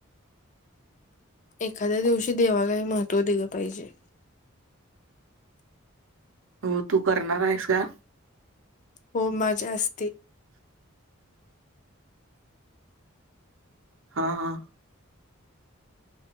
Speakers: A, on the left (about 35°); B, on the right (about 70°).
A: एखाद्या दिवशी देवालाही महत्त्व दिलं पाहिजे.
B: तू तू करणार आहेस का?
A: हो माझी असते.
B: हा हा